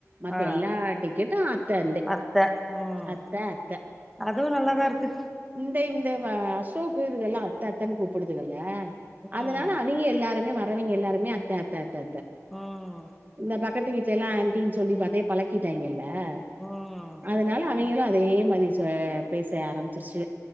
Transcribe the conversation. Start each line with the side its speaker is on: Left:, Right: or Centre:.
Right: மத்த
Centre: ஆ
Right: எல்லா டிக்கெட்டும் அத்ததேன்
Centre: அத்த ம்
Right: அத்த அத்த
Centre: அதுவு நல்லாதா இருக்கு
Right: இந்த இந்த அசோக் இதுக்கெல்லாம் அத்த அத்தன்னு கூப்பிடுதுகல அதனால
Centre: ம்
Right: அவிங்க எல்லாருமே வ யவிங்க எல்லாருமே அத்த அத்த அத் த
Centre: ம்
Right: இந்த பக்கத்து வீட்டு எல்லாம் ஆண்ட்டின்னு சொல்லி அதே பழகிட்டாங்கில ஆ
Centre: ம்
Right: அதனால அவிங் இங்க அதே மாதிரி சொ பே ச ஆரம்பிச்சிருச்சுக